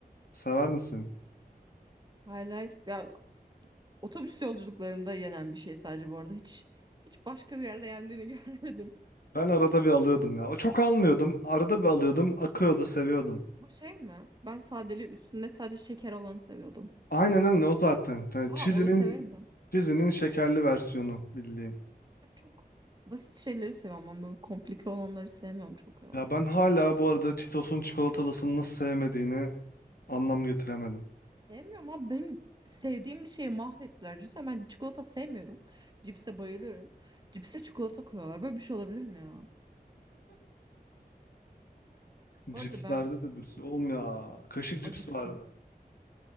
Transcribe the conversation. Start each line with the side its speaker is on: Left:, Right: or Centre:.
Left: sever misin?
Right: High Life ya otobüs yolculuklarında yenen bir şey sadece bu arada. Hiç hiç başka bir yerde yendiğini <laughs> görmedim.
Left: Ben arada bir alıyordum ya. O çok almıyordum. Arada bir alıyordum. Akıyordu, seviyordum.
Right: Bu şey mi? Ben sadeli üstünde sadece şeker olanı seviyordum.
Left: Aynen aynen o zaten. Yani
Right: Aa
Left: Cheezy'nin
Right: onu severim ben.
Left: Cheezy'nin şekerli versiyonu bildiğin.
Right: Çok basit şeyleri seviyorum ama böyle komplike olanları sevmiyorum çok ya.
Left: Ya ben hala bu arada Cheetos'un çikolatalısını nasıl sevmediğini anlam getiremedim.
Right: Sevmiyorum abi. Benim sevdiğim bir şeyi mahvettiler. Düşünsene ben çikolata sevmiyorum. Cipse bayılıyorum. Cipse çikolata koyuyorlar. Böyle bir şey olabilir mi ya? Bu
Left: Cipslerde
Right: arada ben
Left: de bir sürü. Oğlum ya. Kaşık
Right: acıktım.
Left: cips vardı.